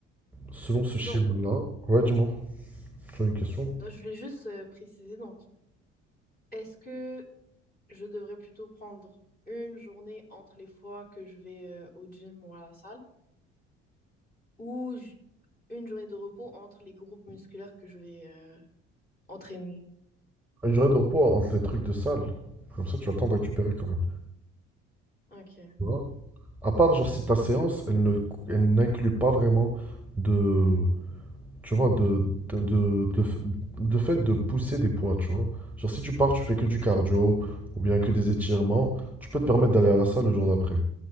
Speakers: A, in the centre; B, on the left (about 25°).
A: Selon ce
B: Donc,
A: schéma-là, ouais, dis-moi, tu as une question?
B: donc, je voulais juste euh, préciser, donc, est-ce que je devrais plutôt prendre une journée entre les fois que je vais euh, au gym ou à la salle, ou j- une journée de repos entre les groupes musculaires que je vais euh, entraîner.
A: Une journée de repos entre les trucs de salle. Comme ça, tu as le temps de récupérer quand même.
B: Ok,
A: Tu vois? À part, genre, si ta séance, elle ne, elle n'inclut pas vraiment de, tu vois, de, de, de, de f- de fait de pousser des poids, tu vois. Genre, si tu pars, tu fais que du cardio ou bien que des étirements, tu peux te permettre d'aller à la salle le jour d'après.